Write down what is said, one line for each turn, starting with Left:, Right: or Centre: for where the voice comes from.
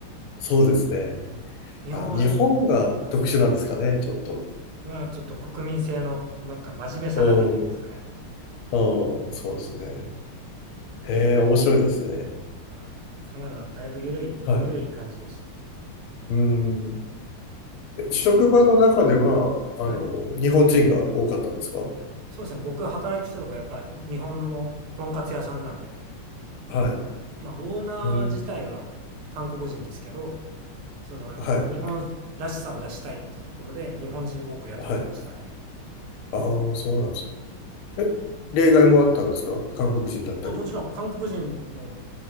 Left: そうですね。
Right: うん。日本は、
Left: あ、日本が特殊なんですかね、
Right: うん。
Left: ちょっと。
Right: まあちょっと国民性のなんか真面目さが出てるんですかね。
Left: うん、うん、そうですね。ええ、面白いですね。
Right: うん。カナダ、だいぶ緩い、
Left: はい。
Right: 緩い感じでし
Left: うん。え職場の中では、あの、
Right: た。はい。
Left: 日本人が多かったんですか
Right: そうですね。僕が働いてたとこ、やっぱ日本のとんかつ屋さんなんで、
Left: はい。
Right: まあ、オーナー自体は韓国人ですけど、
Left: うん、
Right: その日本らしさを出したいっていうところで日本人を多く雇ってましたね。
Left: はい、はい。ああ、そうなんですね。え、例外もあったんですか韓国人だったり。
Right: まあ、もちろん韓国人の